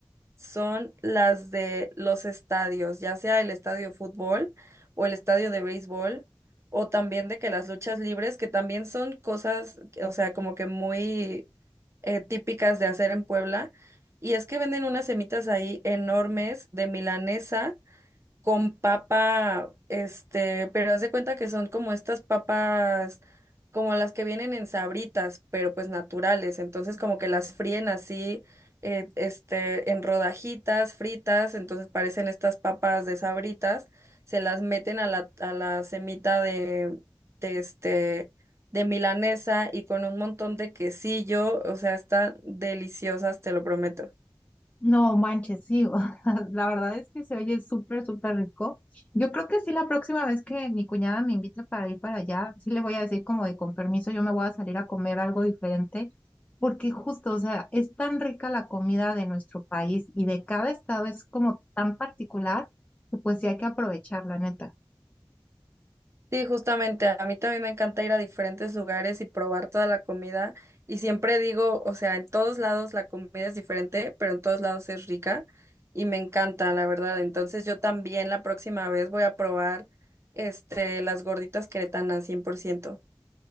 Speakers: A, on the right; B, on the left.
A: son las de los estadios, ya sea el estadio de fútbol o el estadio de béisbol, o también de que las luchas libres, que también son cosas, o sea, como que muy eh, típicas de hacer en Puebla. Y es que venden unas semitas ahí enormes de milanesa con papa, este, pero haz de cuenta que son como estas papas, como las que vienen en sabritas, pero pues naturales. Entonces como que las fríen así, eh, este, en rodajitas fritas, entonces parecen estas papas de sabritas, se las meten a la, a la semita de, de este, de milanesa y con un montón de quesillo, o sea, están deliciosas, te lo prometo.
B: No manches, sí, <laughs> o sea, la verdad es que se oye súper, súper rico. Yo creo que sí, la próxima vez que mi cuñada me invite para ir para allá, sí le voy a decir como de con permiso, yo me voy a salir a comer algo diferente, porque justo, o sea, es tan rica la comida de nuestro país y de cada estado es como tan particular, que pues sí hay que aprovechar, la neta.
A: Sí, justamente, a mí también me encanta ir a diferentes lugares y probar toda la comida. Y siempre digo, o sea, en todos lados la comida es diferente, pero en todos lados es rica y me encanta, la verdad. Entonces yo también la próxima vez voy a probar este, las gorditas queretanas, cien por ciento.